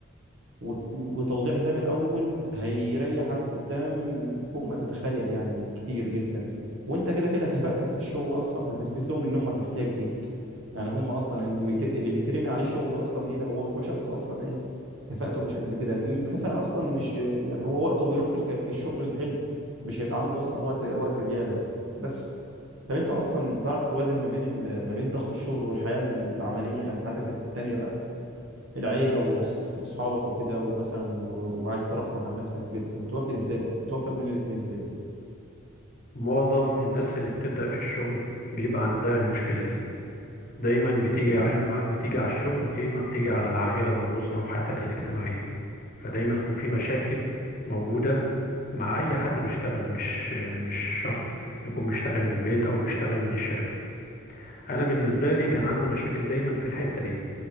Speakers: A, on the right; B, on the left.
A: وت- وتوضيح ده من الاول هيريحك قدام فوق ما تتخيل يعني كتير جدا وانت كده كده كفاءتك في الشغل اصلا هتثبت لهم ان هم في احتياج ليك يعني هم اصلا اللي بيت... اللي بيترمي عليه شغل اصلا ليه ده هو بيبقى شخص اصلا ايه كفاءته مش قد كده لان الكفاءة اصلا مش يعني هو وقته بيروح في الك... في الشغل الحلو مش هيبقى عنده اصلا وقت وقت زيادة بس طب انت اصلا بتعرف توازن ما بين ال- ما بين ضغط الشغل والحياه العمليه يعني حياتك التانيه بقى العيله وص- واصحابك وكده ومثلا و- وعايز ترفه عن نفسك بت- بتوافق ازاي اصلا بتوافق بين الاثنين ازاي
B: معظم الناس اللي بتبدأ في الشغل بيبقى عندها المشكلة دي دايما بتيجي يا إما بتيجي على الشغل يا إما بتيجي على العائلة والأسرة وحياتك الاجتماعية فدايما في مشاكل موجودة مع أي حد بيشتغل مش مش شرط يكون بيشتغل من البيت أو بيشتغل من الشركة انا بالنسبه لي كان عندي مشاكل دايما في الحته دي